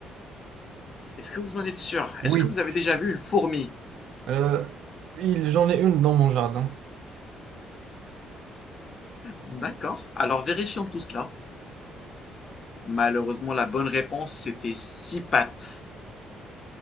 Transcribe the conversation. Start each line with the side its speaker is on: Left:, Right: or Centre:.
Left: Est-ce que vous en êtes sûr
Right: 8.
Left: Est-ce que vous avez déjà vu une fourmi
Right: Euh, il- j'en ai une dans mon jardin.
Left: D'accord. Alors vérifions tout cela. Malheureusement, la bonne réponse, c'était six pattes.